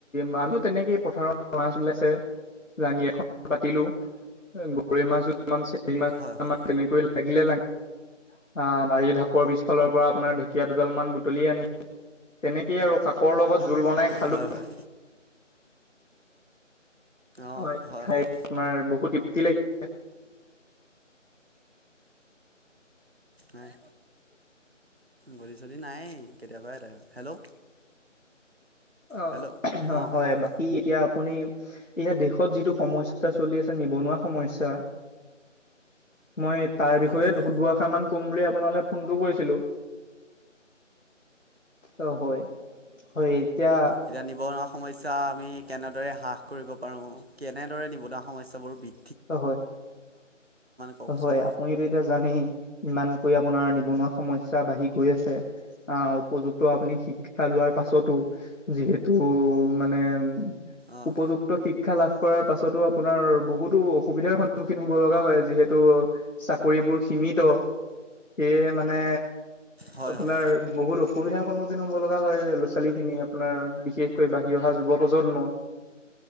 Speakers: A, on the left; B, on the right.
A: মানুহ তেনেকে পথাৰত মাছ ওলাইছে লাঙি এখন। পাতিলো গৰৈ মাছ চে মাছ
B: হয় হয়
A: তেনেকৈ লাগিলে লাগে। আহ বাৰীৰ ঢাপৰ পিছফালৰ পৰা আপোনাৰ ঢেকীয়া দুডাল মান বুটলি আনি তেনেকে। কৰ লগত জোল বনাই খালোঁ।
B: হয় হয় অঁ
A: অ
B: হয়
A: খাই
B: হয়
A: আমাৰ বহুত তৃপ্তি লাগিছে।
B: নাই বলি চলি নাই কেতিয়াবা হেল্ল'।
A: অ
B: হেল্ল'
A: অ
B: অঁ
A: হয়
B: কওক
A: বাকী এতিয়া আপুনি। এয়া দেশত যিটো সমস্যাটো চলি আছে নিবনুৱা সমস্যা। মই তাৰ বিষয়ে
B: হয় হয়
A: দুআষাৰ মান। কম বুলি আপোনালৈ ফোনটো কৰিছিলো। অ হয় হয়। এতিয়া
B: এতিয়া নিব নোৱাৰা। সমস্যা আমি কেনেদৰে হ্ৰাস কৰিব পাৰোঁ কেনেদৰে নিবনুৱা সমস্যাবোৰ ব।
A: অ
B: কওকচোন
A: হয় আপুনিতটো এতিয়া জানেই ইমান। কৰি আপোনাৰ নিবনুৱা সমস্যা বাঢ়ি গৈ আছে আহ উপযুক্ত আপুনি শিক্ষা লোৱাৰ পাছতো যিহেতু মানে উ
B: অঁ
A: উপযুক্ত শিক্ষা লাভ কৰাৰ পাছতো আপোনাৰ বহুত বো অসুবিধাৰ সন্মুখীন হ'ব লগা হয় যিহেতু চাকৰিবোৰ সীমিত সেয়ে মানে
B: হয়
A: আপোনাৰ
B: হয়
A: বহুত অসুবিধা সন্মুখীন হব লগা হয় ল'ৰা ছোৱালী খিনি আপোনাৰ বিশেষকৈ বাঢ়ি অহা যুৱ প্ৰজন্ম